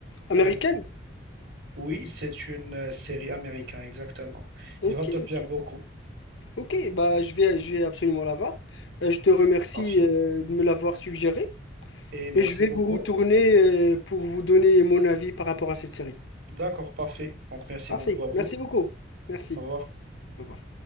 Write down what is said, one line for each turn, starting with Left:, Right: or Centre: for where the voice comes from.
Left: américaine.
Right: Euh, oui, c'est une euh, série américaine, exactement.
Left: Ok,
Right: Il va te plaire
Left: ok,
Right: beaucoup.
Left: ok, bah je vais, je vais absolument la voir. Euh, je te remercie
Right: Parfait.
Left: euh, de me l'avoir suggéré
Right: Et merci
Left: et je vais
Right: beaucoup.
Left: vous retourner euh, pour vous donner mon avis par rapport à cette série.
Right: D'accord, parfait. Donc, merci
Left: Parfait,
Right: beaucoup à vous.
Left: merci beaucoup. Merci.
Right: Au revoir.
Left: Au revoir.